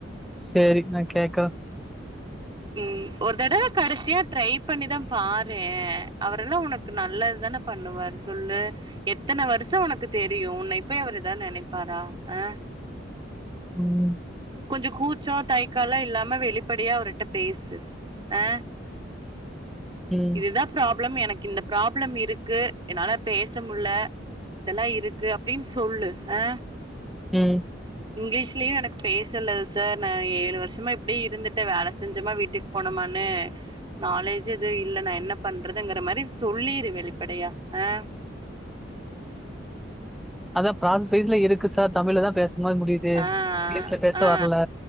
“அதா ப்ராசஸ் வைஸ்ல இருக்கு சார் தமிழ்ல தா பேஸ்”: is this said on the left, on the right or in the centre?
Centre